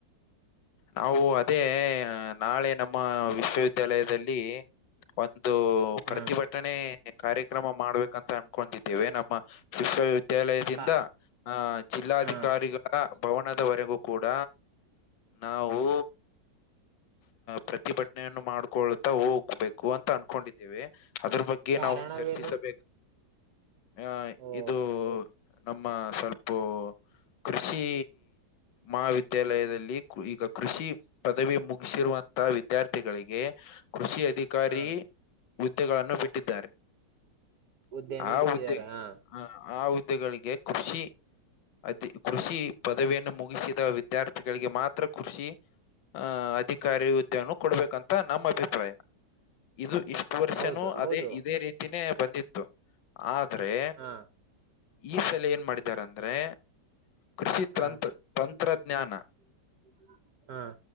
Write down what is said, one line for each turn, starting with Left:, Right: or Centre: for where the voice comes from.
Left: ನಾವು ಅದೇ ನಾಳೆ ನಮ್ಮ ವಿಶ್ವವಿದ್ಯಾಲಯದಲ್ಲಿ ಒಂದು ಪ್ರತಿಭಟನೆ
Right: ಹಾ
Left: ಕಾರ್ಯಕ್ರಮ ಮಾಡ್ಬೇಕಂತ ಅನ್ಕೊಂತ್ತಿದ್ದೀವಿ ನಮ್ಮ ವಿಶ್ವವಿದ್ಯಾಲಯದಿಂದ
Right: ಕಾ
Left: ಆಹ ಜಿಲ್ಲಾಧಿಕಾರಿಗಳ
Right: ಹಾ
Left: ಭವನದವರೆಗೂ ಕೂಡ ನಾವು ಪ್ರತಿಭಟನೆಯನ್ನು ಮಾಡ್ಕೊಳ್ತಾ ಹೋಗ್ಬೇಕು ಅಂತ ಅನ್ಕೊಂಡಿದ್ದೇವೆ ಅದ್ರ ಬಗ್ಗೆ ಗೆ
Right: ಕಾರಣವೇನು
Left: ನಾವು ಚರ್ಚಿಸಬೇಕು ಆ
Right: ಓ
Left: ಇದು ನಮ್ಮ <unintelligible> ಕೃಷಿ ಮಹಾವಿದ್ಯಾಲಯದಲ್ಲಿ ಈಗ ಕೃಷಿ ಪದವಿ ಮು ಸಿರುವಂತಹ ವಿದ್ಯಾರ್ಥಿಗಳಿಗೆ ಕೃಷಿ ಅಧಿಕಾರಿ
Right: ಹಾ
Left: ಹುದ್ದೆಗಳನ್ನು ಬಿಟ್ಟಿದ್ದಾರೆ
Right: ಹುದ್ದೆಯನ್ನು
Left: ಆ
Right: ಬಿಟ್ಟಿದ್ದಾರೆ
Left: ಹುದ್ದೆ
Right: ಹಾ
Left: ಹ ಆ ಹುದ್ದೆಗಳಿಗೆ ಕೃಷಿ ಅದ ಕೃಷಿ ಪದವಿಯನ್ನು ಮುಗಿಸಿದ ವಿದ್ಯಾರ್ಥಿಗಳಿಗೆ ಮಾತ್ರ ಕೃಷಿ ಹಾ ಅದಿ ಕಾರಿ ಹುದ್ದೆ ನ ಕೊಡಬೇಕಂತ ನಮ್ಮ ಅಭಿಪ್ರಾಯ ಇದು ಇಷ್ಟು ವರ್ಷನೂ
Right: ಹೌದು ಹೌದು
Left: ಅದೇ ಇದೇ ರೀತಿ ತಿನೇ ಬಂದಿತ್ತು ಆದ್ರೆ
Right: ಹಾ
Left: ಈ ಸಲ ಏನ್ ಮಾಡಿದ್ದಾರೆ ಅಂದ್ರೆ ಕೃಷಿ
Right: ಹಾ
Left: ತಂತ್ರ ತಂತ್ರಜ್ಞಾನ
Right: <unintelligible> <unintelligible> ಹಾ